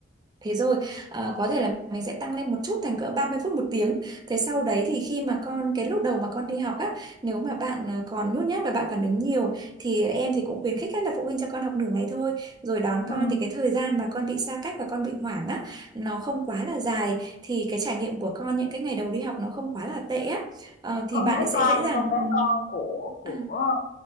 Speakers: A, on the right; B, on the left.
A: Thế rồi ờ, có thể là mình sẽ tăng lên một chút thành cỡ 30 phút một tiếng. Thế sau đấy thì khi mà con cái lúc đầu mà con đi học á, nếu mà bạn ờ, còn nhút nhát và bạn phản ứng nhiều thì em thì cũng khuyến khích các là phụ huynh cho con học nửa ngày thôi. Rồi đón
B: ừ
A: con thì cái thời gian mà con bị xa cách và con bị hoảng á nó không quá là dài thì cái trải nghiệm của con những cái ngày đầu đi học nó không quá là tệ á. Ờ, thì
B: Con
A: bạn
B: bé
A: ấy sẽ
B: con
A: dễ dàng
B: con bé
A: ừm,
B: con của của,
A: à,